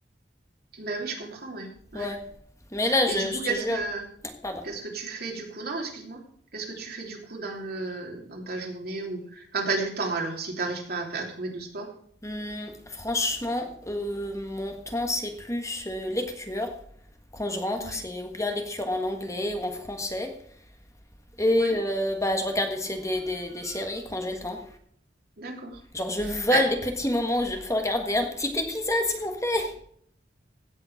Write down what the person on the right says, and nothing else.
Ben oui, je comprends, ouais. Ouais.
Et du coup,
qu'est-ce
que
Qu'est-ce que tu fais du coup? Non, excuse-moi. Qu'est-ce que tu fais du coup dans le dans ta journée ou quand t'as du temps alors si t'arrives pas à, fa- à trouver de sport?
Ouais,
ouais,
d'accord.
Bah,